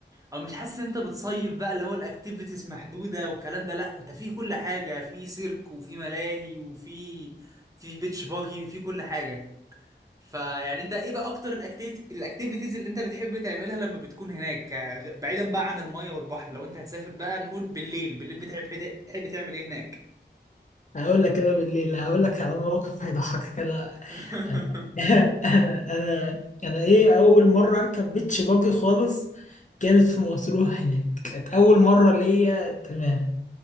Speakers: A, on the right; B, on the left.
A: او مش حاسس ان انت بتصيف بقى اللي هو الاكتيفيتيز محدوده والكلام ده لا انت في كل حاجه في سيرك وفي ملاهي وفي في بيتش باجي وفي كل حاجه فيعني انت ايه بقى اكتر الاكتيفيتي الاكتيفيتيز اللي انت بتحب تعملها لما بتكون هناك غ- بعيدا بقى عن الميه والبحر لو انت هتسافر بقى نقول بالليل بالليل بتحب بتحب تعمل ايه هناك
B: هقول لك انا بالليل هقول لك على موقف هيضحكك انا
A: <laughs>
B: انا <laughs> انا انا انا ايه اول مره اركب بيتش باجي خالص كانت في مطروح هناك كانت اول مره ليا تماما